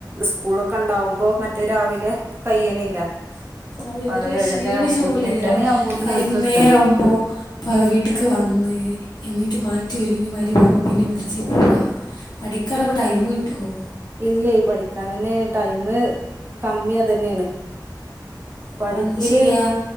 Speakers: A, on the right; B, on the left.
A: സ്കൂളൊക്കെണ്ടാവുമ്പോ മറ്റേ രാവിലെ കയ്യ്ണില്ല. ഒക്കെപ്പാടെ
B: അവ ഇവര്
A: ഏഴര
B: ക്ഷീണിച്ച്
A: ആവുമ്പോത്തിന്
B: പോവുല്ലേ
A: എട്ടണി ആവുമ്പോത്തിന്
B: വൈകുന്നേരം
A: ഓര്ക്ക് എത്തണം
B: ആവുമ്പോ ഇപ്പ വീട്ട്ക്ക്
A: ഏഹ്
B: വന്ന് എന്നിട്ട് മാറ്റിയോരുങ്ങി വരുമ്പാ പിന്നെ മദ്രസൽ പോവ, പഠിക്കാനൊക്കെ ടൈം കിട്ടുമോ?
A: ഇല്ലെ പഠിക്കാനെന്ന് ടൈമ് കമ്മി യതന്നെണ്
B: അപ്പോൾ
A: പഠിപ്പില്
B: എന്ത് ചെയ്യുക